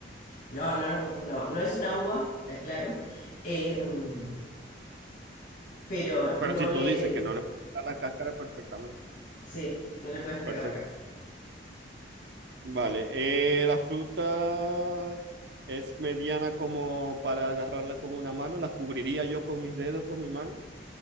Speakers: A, on the left; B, on the right.
A: no, no nos confundamos. No es una uva, está claro. em, pero
B: Pero
A: no
B: si tú
A: le.
B: dices que no le puedes quitar la cáscara, perfectamente.
A: Sí, no le puedes sacar
B: Perfecto.
A: la cáscara.
B: Vale, eh, la fruta es mediana como para agarrarla con una mano, la cubriría yo con mis dedos, con mi mano.